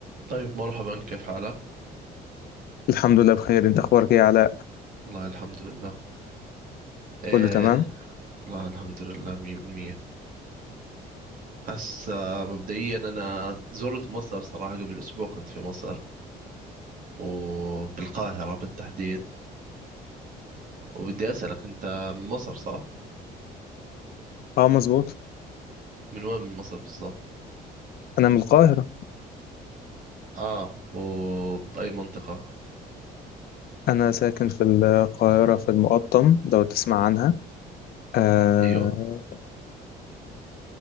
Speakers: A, on the right; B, on the left.
A: طيب مرحبا كيف حالك؟
B: الحمد لله بخير انت اخبارك ايه يا علاء
A: والله الحمد لله ايه
B: كله تمام
A: والله الحمد لله مية بالمية هسا مبدئيا أنا زرت مصر صراحة قبل أسبوع كنت في مصر وبالقاهرة بالتحديد وبدي أسألك أنت من مصر صح؟
B: اه مظبوط
A: من وين من مصر بالضبط؟
B: انا من القاهرة
A: آه وبأي منطقة؟
B: انا ساكن في القاهرة في المقطم لو تسمع عنها آه
A: أيوه